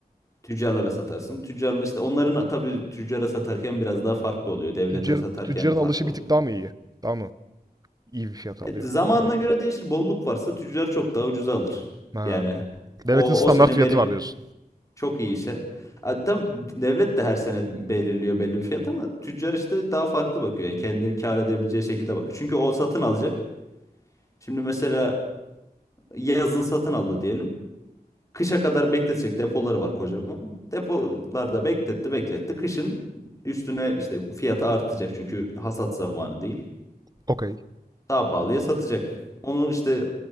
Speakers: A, on the left; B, on the right.
A: tüccarlara satarsın. Tüccarlar işte onların tabii tüccara satarken biraz daha farklı oluyor. Devlete
B: Tüccar,
A: satarken
B: tüccarın
A: farklı
B: alışı bir
A: oluyor.
B: tık daha mı iyi? Daha mı? iyi bir fiyat alıyor
A: Evet, zamanına
B: devletten.
A: göre değişir. Bolluk varsa tüccar çok daha ucuza alır.
B: Ha.
A: Yani
B: Devletin
A: o
B: standart
A: o sene
B: fiyatı
A: verim
B: var diyorsun.
A: çok iyi ise. Ha, tabii devlet de her sene belirliyor belli bir fiyat ama tüccar işte daha farklı bakıyor. Yani kendini kâr edebileceği şekilde bakıyor. Çünkü o satın alacak. Şimdi mesela yazın satın aldı diyelim. Kışa kadar bekletecek depoları var kocaman. Depolarda bekletti bekletti. Kışın üstüne işte fiyatı artacak çünkü hasat zamanı değil.
B: Okey.
A: Daha pahalıya satacak. Onu işte